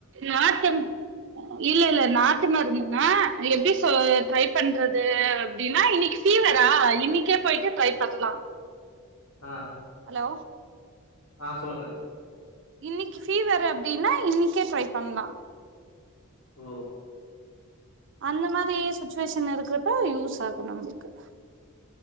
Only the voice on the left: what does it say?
ஆ
ஆ சொல்லுங்க
ஓ